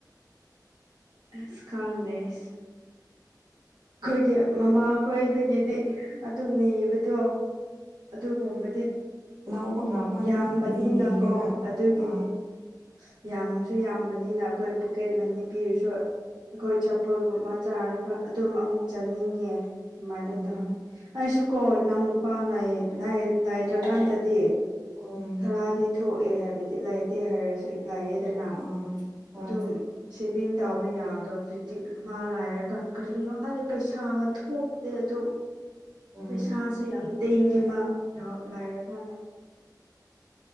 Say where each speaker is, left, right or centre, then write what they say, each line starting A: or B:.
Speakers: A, on the right; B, on the right.
A: ꯑꯁ ꯀꯥꯟꯗꯦꯁ꯫ ꯑꯩꯈꯣꯏꯒꯤ ꯃꯃꯥ ꯈꯣꯏꯗꯒꯤꯗꯤ ꯑꯗꯨꯝ ꯅꯕꯗꯣ꯫ ꯑꯗꯨꯒꯨꯝꯕꯗꯤ
B: ꯂꯧꯕ ꯉꯝꯃꯣꯏ
A: ꯌꯥꯝꯕꯅꯤꯅꯀꯣ
B: ꯃꯣꯏꯗꯒꯤꯗꯤ ꯅꯤꯔꯒ
A: ꯑꯗꯨꯒꯤꯅꯤ꯫
B: ꯍꯣꯏ
A: ꯌꯥꯝꯁꯨ ꯌꯥꯝꯕꯅꯤꯅ ꯑꯩꯈꯣꯏ ꯄꯣꯀꯦꯠ ꯃꯅꯤ ꯄꯤꯔꯁꯨ꯫ ꯑꯩꯈꯣꯏ ꯆꯄꯨꯨꯔꯒꯨꯝꯕ ꯆꯥꯔꯒ ꯑꯗꯨꯝ ꯑꯃꯨꯛ ꯆꯥꯅꯤꯡꯉꯦ ꯁꯨꯃꯥꯏꯅ
B: ꯎꯝ
A: ꯇꯧ꯫ ꯑꯩꯁꯨꯀꯣ ꯏꯅꯥꯎ ꯅꯨꯨꯄꯥ ꯂꯩꯥꯏ ꯂꯩꯇ꯭ꯔꯀꯥꯟꯗꯗꯤ꯫
B: ꯑꯣꯝ꯫
A: ꯈꯔꯗꯤ ꯊꯣꯛꯑꯦ ꯍꯥꯏꯕꯗꯤ ꯂꯩꯥꯏꯇꯦ ꯍꯥꯏꯔꯁꯨ꯫ ꯂꯩꯌꯦꯗꯅ
B: ꯎꯝ ꯍꯣꯏ
A: ꯑꯗꯨ ꯁꯦꯕꯤꯡ꯫ ꯇꯥꯎꯕ ꯌꯥꯕꯗꯣ ꯍꯧꯖꯤꯛꯇꯤ ꯃꯥ ꯂꯥꯏꯔꯒ꯫ ꯀꯔꯤꯒꯤꯅꯣ ꯀꯥꯟꯗ ꯄꯩꯁꯥꯒ ꯊꯣꯛꯇꯦ ꯑꯗꯣ
B: ꯎꯝ
A: ꯄꯩꯁꯥꯁꯨ ꯌꯥꯝ꯫ <unintelligible> ꯏꯃ ꯂꯥꯏꯔꯀꯥꯟꯗ꯫